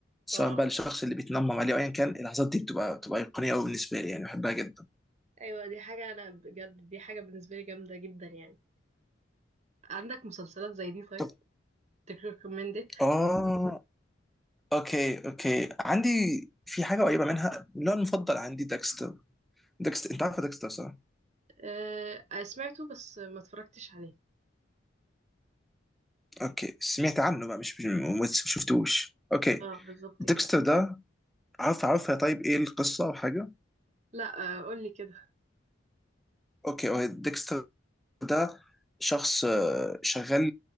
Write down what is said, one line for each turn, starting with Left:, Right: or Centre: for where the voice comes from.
Centre: سواء
Right: اه
Centre: بقى للشخص اللي بيتنمم عليه او ايا كان اللحظات دي بتبقى بتبقى ايقونيه قوي بالنسبه لي يعني بحبها جدا
Right: ايوه دي حاجه انا بجد دي حاجه بالنسبه لي جامده جدا يعني عندك مسلسلات زي دي طيب
Centre: طب
Right: تريكومندد
Centre: اه اوكي اوكي عندي في حاجه قريبه منها اللي هو المفضل عندي داكستر داكستر انت عارف داكستر صح؟
Right: أه سمعته بس ما اتفرجتش عليه
Centre: اوكي سمعت عنه بقى مش مش- ما شفتوش اوكي
Right: اه بالظبط
Centre: ديكستر
Right: كده
Centre: ده عارف عارف طيب ايه القصه او حاجه؟
Right: لا آه، قولي كده
Centre: اوكي هو ديكستر ده شخص آه، شغال